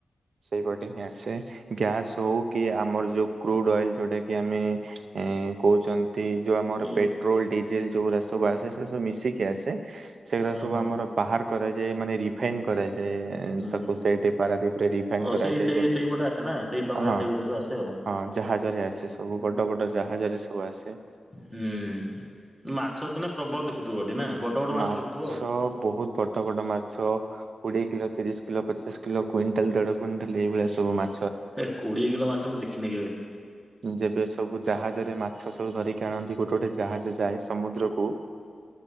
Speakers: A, on the right; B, in the centre.
A: ସେଇପଟେ ହିଁ ଆସେ ଗ୍ୟାସ୍ ହଉ କି ଆମର ଯୋଉ କ୍ରୁଡ ଅଏଲ ଯୋଉଟା କି ଆମେ ଅ-ଅ-ଅ କହୁଛନ୍ତି ଯଉ ଆମର
B: ଏ
A: ପେଟ୍ରୋଲ ଡିଜେଲ ଯଉଗୁଡା ସବୁ ଆସେ ସେ ସବୁ ମିଶିକି ଆସେ ସେଗୁରା
B: ଓହୋ
A: ସବୁ ଆମର ବାହାର କରାଯାଏ ମାନେ ରିଫାଇନ୍ କରାଯାଏ-ଏ-ଏ-ଏ।
B: ହୁଁ।
A: ଓ ସେଇଟି ପାରାଦୀପରେ ରିଫାଇନ୍
B: ଓ
A: କରାଯାଏ
B: ସେଇ ସେଇ
A: ଯେମ୍
B: ସେଇପଟେ ଆସେ ନା ସେଇ ଡଙ୍ଗାରେ
A: ହଁ
B: ସେଇପଟେ ସବୁ ଆସେ ଆଉ
A: ହଁ। ଜାହାଜରେ ଆସେ ସବୁ ବଡ ବଡ ଜାହାଜରେ ସବୁ ଆସେ।
B: ହୁଁ ମାଛ ତ ଏଇନେ ପ୍ରବଳ ଦେଖୁଥିବ ଏଠି ନା ବଡ ବଡ
A: ମାଛ
B: ଦେଖୁଥିବ ଆଉ।
A: ବହୁତ ବଡ ବଡ ମା ମାଛ କୋଡିଏ କିଲୋ, ତିରିଶ କିଲୋ, ପଚାଶ କିଲୋ, କୁଇଣ୍ଟାଲ, ଦେଢ କୁଇଣ୍ଟାଲ ଏଇଭଳିଆ ସବୁ ମା
B: ହେ କୋଡିଏ କିଲୋ ମାଛ ମୁଁ ଦେଖିନି କେବେ।
A: ଯେବେ ସବୁ ଜାହାଜରେ ମାଛ ସବୁ ଧରିକି ଆଣନ୍ତି ଗୋଟେ ଗୋଟେ ଜାହାଜ ଯାଏ ସମୁଦ୍ରକୁ